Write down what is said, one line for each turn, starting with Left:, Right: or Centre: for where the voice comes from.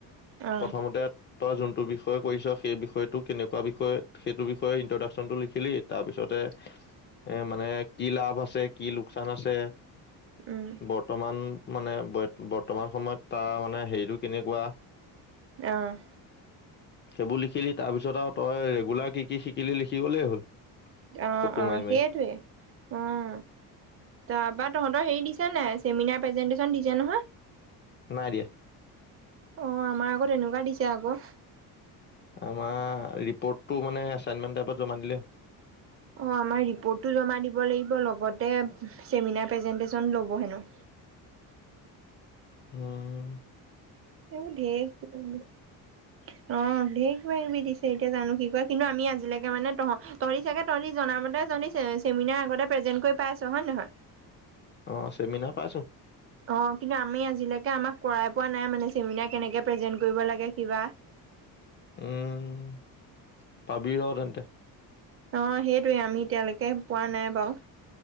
Right: অ
Left: প্ৰথমতে তই যোনটো বিষয় য় কৰিছ সেই বিষয়টো কেনেকুৱা বিষয় সেইটো বিষয়ে ইন্ট্ৰডাকচন টো লিখিলি তাৰপিছতে এ মানে কি লাভ আছে কি লোকচান আছে
Right: উম
Left: বৰ্তমান মানে ব-বৰ্তমান সময়ত তাৰ মানে হেৰিটো কেনেকুৱা?
Right: অ'।
Left: সেইবোৰ লিখিলি, তাৰপিছত আৰু তই ৰেগুলাৰ কি, কি শিকিলি লিখি গ'লেই হ'ল।
Right: অ',
Left: ফটো
Right: অ',
Left: মাৰি মাৰি
Right: সেইটোয়ে, অ', তাৰপাত তহঁতৰ হেৰি দিছে নাই? চেমিনাৰ প্ৰেজেন্টেচন দিছে নহয়?
Left: নাই দিয়া।
Right: অ', আমাৰ আকৌ তেনেকুৱা দিছে আকৌ।
Left: আমাৰ ৰিপৰ্টটো মানে এচাইনমেন্ট টাইপত জমা দিলে
Right: অ', আমাৰ ৰিপৰ্টটো জমা দিব লাগিব, লগতে চেমিনাৰ প্ৰেজেন্টেচন ল'ব হেনো।
Left: হম।
Right: এইবোৰ ঢেৰ কিবাকিবি, অ', ঢেৰ কিবাকিবি দিছ তিয়া জানো কি কৰে, কিন্তু আমি আজিলৈকে মানে তহ-তহঁতি চাগে তহঁতি জনামতে তহি চে-চেমিনাৰ আগতে প্ৰেজেন্ট কৰি পাইছ হয়, নহয়?
Left: অ', চেমিনাৰ পাইছোঁ।
Right: অ', কিন্তু আমি আজিলৈকে আমাক কৰাই পোৱা নাই মানে চেমিনাৰ কেনেকে প্ৰেজেন্ট কৰিব লাগে, কিবা।
Left: উম। পাবি ৰ তেন্তে
Right: অ', হেই টোৱে, আমি এতিয়ালৈকে পোৱা নাই বাৰু,